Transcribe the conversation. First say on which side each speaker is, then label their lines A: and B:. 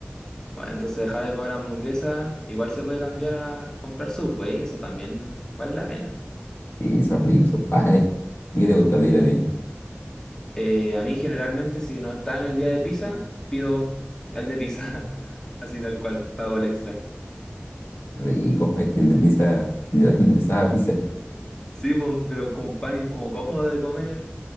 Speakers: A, on the left; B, on the left.
A: Bueno, entonces dejar de comer hamburguesa, igual se puede cambiar a comprar Subway, eso también vale la pena.
B: Sí, son ricos esos panes. ¿Y qué te gusta pedir a ti?
A: Eh, a mí generalmente si no está en el día de pizza, pido el de pizza, <laughs> así tal cual, pago el extra.
B: Rico, es que el de pizza, literalmente <laughs> sabe a pizza.
A: Sí, pues, pero como pan y como cómodo de comer,